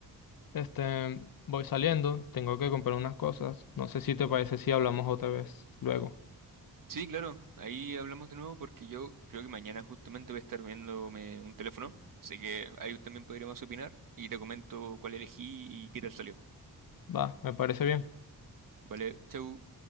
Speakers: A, on the left; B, on the right.
A: Este, voy saliendo, tengo que comprar unas cosas. No sé si te parece si hablamos otra vez luego.
B: Sí, claro, ahí hablamos de nuevo porque yo creo que mañana justamente voy a estar viéndome un teléfono, así que ahí también podríamos opinar y te comento cuál elegí y qué tal salió.
A: Va, me parece bien.
B: Vale, chau.